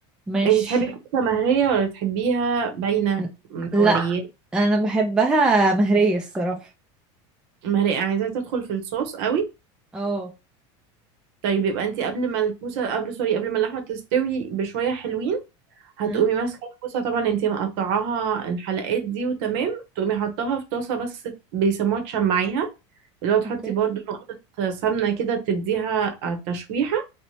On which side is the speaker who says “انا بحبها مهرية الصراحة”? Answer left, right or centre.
Centre